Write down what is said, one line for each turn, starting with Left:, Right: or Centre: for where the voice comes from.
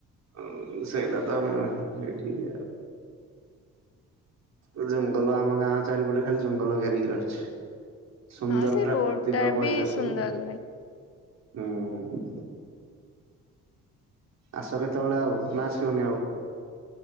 Right: ଉଁ ସେଇଟା ତ ମୁଁ ଏଇଠି ଆଉ ତ ଜଙ୍ଗଲ ଆମ ଗାଁ ଚାରିପଟେ ଖାଲି ଜଙ୍ଗଲ ଘେରିକି ରହିଛି ସୁନ୍ଦରତା
Left: ହଁ ସେ ରୋଡ
Right: ପୃଥିବୀ
Left: ଟା
Right: ର ପରିବେଶକୁ
Left: ବି ସୁନ୍ଦର ଲାଗେ।
Right: ହୁଁ ଆସ କେତେବେଳେ ଆଉ ନା ଆସିବନି ଆଉ?